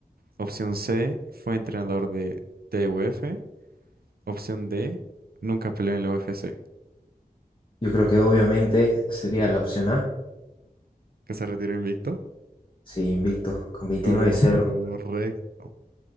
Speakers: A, on the right (about 75°); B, on the left (about 30°).
A: Opción C, fue entrenador de TUF. Opción D, nunca peleó en la UFC.
B: yo creo que obviamente sería la opción A.
A: ¿Que se retiró invicto?
B: Sí, invicto, con veintinueve
A: Correcto.
B: cero.